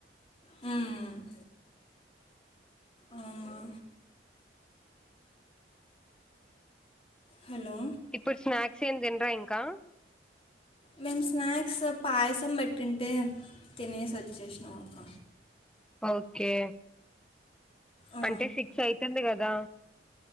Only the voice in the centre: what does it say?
ఇప్పుడు స్నాక్స్ ఏం తినరా ఇంకా
ఓకే
అంటే సిక్స్ అయితుంది కదా